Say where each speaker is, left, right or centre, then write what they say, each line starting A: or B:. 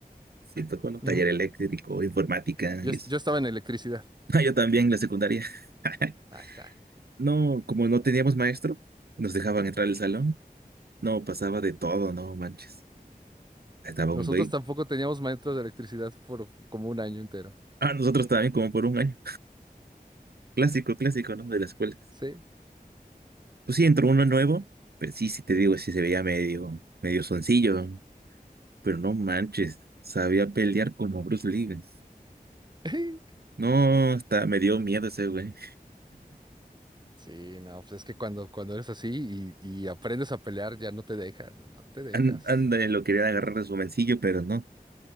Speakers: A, on the right; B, on the right.
A: Siento tocó un taller
B: Ujú.
A: eléctrico, informática
B: Yo,
A: y
B: es-
A: eso.
B: yo estaba en electricidad.
A: Ah, yo también, la secundaria. <laughs>
B: Ah, está.
A: No, como no teníamos maestro, nos dejaban entrar al salón. No, pasaba de todo, no manches. Estaba
B: Nosotros
A: un güey.
B: tampoco teníamos maestros de electricidad por como un año entero.
A: Ah, nosotros también como por un año. <laughs> Clásico, clásico, ¿no? De las escuelas.
B: Sí.
A: Pues sí, entró uno nuevo. Pues sí, sí te digo, sí se veía medio, medio soncillo. Pero no manches, sabía pelear como Bruce Lee. güey.
B: <laughs>
A: No, hasta me dio miedo ese güey.
B: Sí, no, pues es que cuando, cuando eres así y, y aprendes a pelear, ya no te dejas, no te dejas.
A: An- Ándale, lo querían agarrar de su bolsillo, pero no.